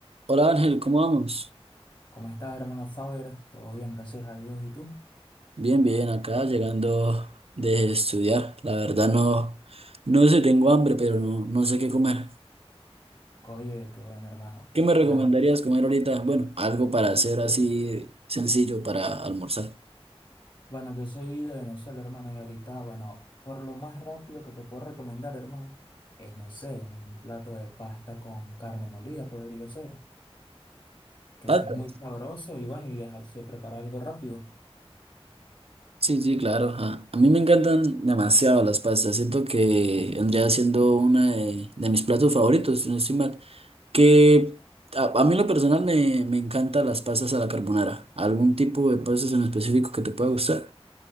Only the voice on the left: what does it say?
¿Cómo estás, hermano Faber? Todo bien, gracias a Dios. ¿Y tú?
Oye, qué bueno, hermano.
Bueno,
bueno, yo soy de Venezuela, hermano, y ahorita, bueno, por lo más rápido que te puedo recomendar, hermano, es, no sé, un plato de pasta con carne molida podría ser, que
eso es muy sabroso y bueno, y es- se prepara algo rápido.